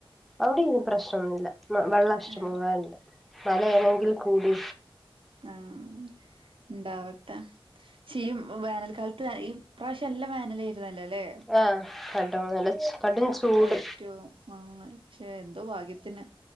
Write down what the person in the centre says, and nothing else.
ഔടിം ഈ പ്രശ്നൊന്നുല്ല മ വെള്ളം ഇഷ്ടംപോലെണ്ട്.
മലേണെങ്കിൽ കൂടി
ആഹ് കടം നല്ല ചു കടും ചൂട്